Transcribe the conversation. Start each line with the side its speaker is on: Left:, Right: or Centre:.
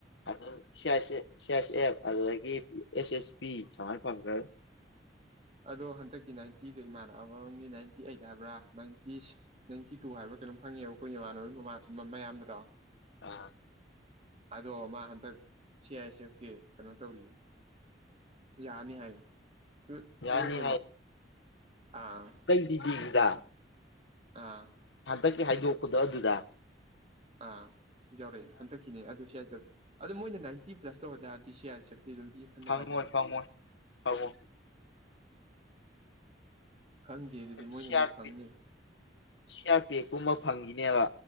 Left: ꯑꯗꯨꯝ ꯁꯤ ꯑꯥꯏ ꯑꯦꯁꯦ ꯁꯤ ꯑꯥꯏ ꯑꯦꯏ ꯑꯦꯞ ꯑꯗꯨꯗꯒꯤ ꯑꯦꯁ ꯑꯦꯁ ꯕꯤ ꯁꯨꯃꯥꯏꯅ ꯐꯪꯈ꯭ꯔꯅꯤ
Right: ꯑꯗꯣ ꯍꯟꯗꯛꯀꯤ ꯅꯥꯏꯟꯇꯤꯒ ꯏꯃꯥꯟꯅꯕ ꯑꯃꯒꯤ ꯅꯥꯏꯟꯇꯤ ꯑꯩꯠ ꯍꯥꯏꯕ꯭ꯔꯥ ꯅꯥꯏꯟꯇꯤꯁ ꯅꯥꯏꯟꯇꯤ ꯇꯨ ꯍꯥꯏꯕ꯭ꯔ ꯀꯩꯅꯣ ꯐꯪꯉꯦꯕ ꯑꯩꯈꯣꯏ ꯏꯃꯥꯟꯅꯕꯒꯤꯃ ꯃꯌꯥꯝꯕꯗꯣ
Left: ꯑ
Right: ꯑꯗꯣ ꯃꯥ ꯍꯟꯗꯛ ꯁꯤ ꯑꯥꯏ ꯑꯦꯁ ꯑꯦꯐꯀꯤ ꯀꯩꯅꯣ ꯇꯧꯔꯤꯌꯦ ꯌꯥꯅꯤ ꯍꯥꯏ ꯁꯨ
Left: ꯌꯥꯅꯤ
Right: ꯁꯨꯡꯁꯣꯏ ꯁꯣꯏꯗꯕꯤ ꯑꯥ
Left: ꯇꯤꯗꯤꯕꯤꯗ
Right: ꯑꯥ
Left: ꯍꯟꯗꯛꯀꯤ ꯍꯥꯏꯗꯣꯛꯄꯗꯣ ꯑꯗꯨꯗ
Right: ꯑꯥ ꯌꯥꯎꯔꯛꯑꯦ ꯍꯟꯗꯛꯀꯤꯅꯦ ꯑꯗꯨꯁꯨ ꯍꯥꯏꯁꯠ ꯑꯗꯨꯝ ꯃꯣꯏꯅ ꯅꯥꯏꯟꯇꯤ꯭ꯂ ꯇꯧꯧꯕ ꯇꯥꯔꯗꯤ ꯁꯤ ꯑꯥꯥꯏ ꯑꯦꯐꯤ ꯑꯗꯨꯝ ꯏ ꯈꯟꯗ
Left: ꯐꯪꯣꯏ
Right: ꯈꯜꯂꯦ ꯍꯥꯏ
Left: ꯐꯪꯣꯏ ꯐꯕꯣ
Right: ꯈꯪꯗꯦ ꯑꯗꯨꯗꯤ ꯃꯣꯏꯅꯗꯤ
Left: ꯁꯤꯌꯥꯔ
Right: ꯐꯪꯅꯤ
Left: ꯄꯤ ꯁꯤꯌꯥꯔ ꯄꯤ ꯀꯨꯝꯕ ꯐꯪꯈꯤꯅꯦꯕ